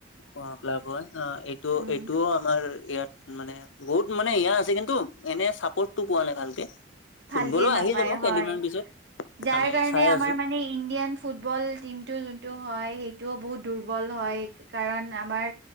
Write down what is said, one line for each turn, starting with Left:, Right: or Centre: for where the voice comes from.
Left: অ ক্লাব হয় অ এইটো
Right: উম
Left: এইটোও আমাৰ ইয়াত মানে বহুত মানে ইয়া আছে কিন্তু এনে চাপৰ্টটো পোৱা নাই ভালকে। ফুটবলো
Right: ভালকে
Left: আহি
Right: নাপায়
Left: যাব কেইদিনমান
Right: হয়,
Left: পিছত
Right: যাৰ
Left: আমি
Right: কাৰণে
Left: চাই আছো
Right: আমাৰ মানে ইণ্ডিয়ান ফুটবল টিমটো যোনটো হয়, সেইটোও বহুত দুৰ্বল হয় কাৰণ আমাৰ